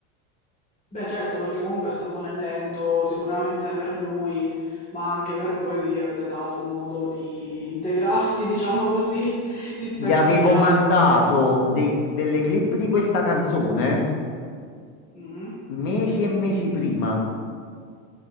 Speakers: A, on the left; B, on the left.
A: Beh, certo, perché comunque è stato un evento sicuramente per lui, ma anche per voi che gli avete dato modo di integrarsi, <laughs> diciamo così, rispetto
B: Gli avevo
A: agli altri.
B: mandato dei- delle clip di questa canzone
A: Mhm.
B: mesi e mesi prima